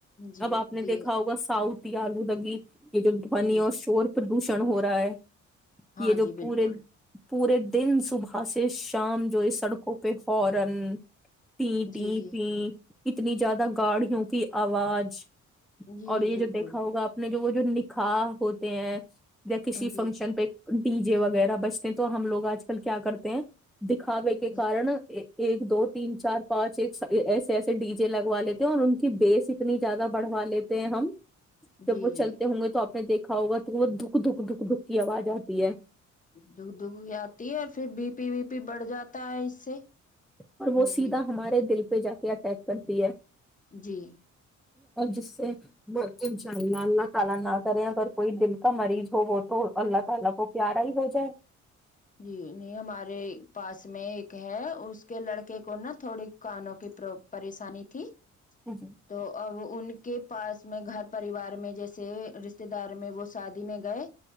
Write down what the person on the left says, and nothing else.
جی
جی
جی
ہاں
جی بالکل
جی جی
جی
بالکل
جی
جی
جی
جی
دکھ دکھ آتی ہے اور پھر بی پی وی پی بڑھ جاتا ہے اس سے
جی
جی
جی نہیں ہمارے پاس میں ایک ہے اس کے لڑکے کو نا تھوڑی کانوں کی پریشانی تھی
تو اب ان کے پاس میں گھر پریوار میں جیسے رشتے دار میں وہ شادی میں گئے